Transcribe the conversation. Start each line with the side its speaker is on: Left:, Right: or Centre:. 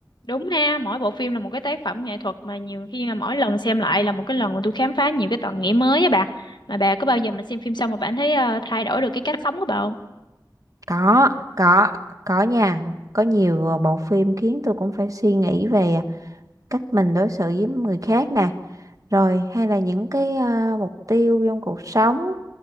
Left: Đúng ha, mỗi bộ phim là một cái tác phẩm nghệ thuật mà nhiều khi mà mỗi lần xem lại là một cái lần mà tôi khám phá nhiều cái tầng nghĩa mới á bà. Mà bà có bao giờ mà xem phim xong mà bạn thấy ờ, thay đổi được cái cách sống của bà không?
Right: Có, có, có nha. Có nhiều bộ phim khiến tôi cũng phải suy nghĩ về cách mình đối xử với người khác nè rồi hay là những cái ờ, mục tiêu trong cuộc sống